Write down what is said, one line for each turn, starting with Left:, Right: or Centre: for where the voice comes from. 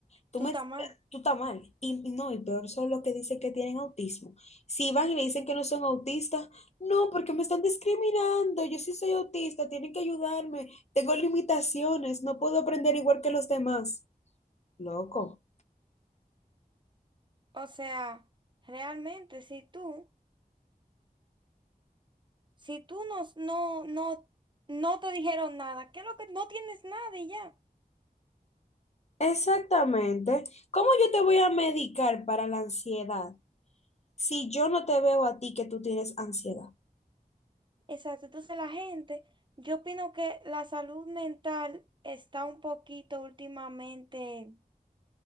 Left: Tú
Right: Tú
Left: me,
Right: estás mal.
Left: tú estás mal. Y no, y peor son los que dicen que tienen autismo. Si van y le dicen que no son autistas, no, porque me están discriminando. Yo sí soy autista, tienen que ayudarme. Tengo limitaciones, no puedo aprender igual que los demás. Loco.
Right: O sea, realmente, si tú, si tú no, no, no, no te dijeron nada, ¿qué es lo que no tienes nada y ya?
Left: Exactamente. ¿Cómo yo te voy a medicar para la ansiedad si yo no te veo a ti que tú tienes ansiedad?
Right: Exacto. Entonces la gente, yo opino que la salud mental está un poquito últimamente,